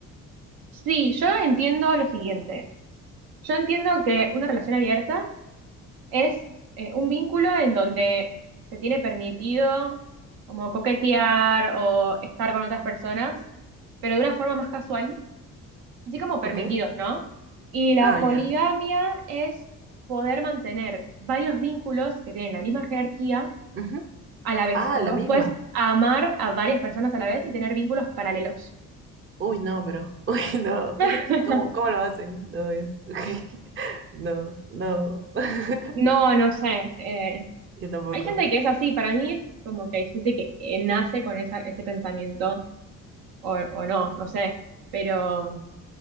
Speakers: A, on the right; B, on the right.
A: Sí, yo entiendo lo siguiente. Yo entiendo que una relación abierta es eh, un vínculo en donde se tiene permitido como coquetear o estar con otras personas, pero de una forma más casual así como permitidos,
B: ¿Ok?
A: ¿no? Y la
B: Ah,
A: poligamia
B: ya.
A: es poder mantener varios vínculos que tienen la misma jerarquía
B: Ujú.
A: a la vez,
B: Ah,
A: como
B: la
A: que vos
B: misma.
A: puedes amar a varias personas a la vez y tener vínculos paralelos.
B: Uy, no, pero. Uy, no.
A: <laughs>
B: <laughs> ¿Cómo, cómo lo hacen? No es. <laughs> No, no. <laughs>
A: No, no sé. eh,
B: Yo tampoco.
A: hay gente que es así, para mí es como que hay gente que eh, nace con esa, ese pensamiento o, o no, no sé. Pero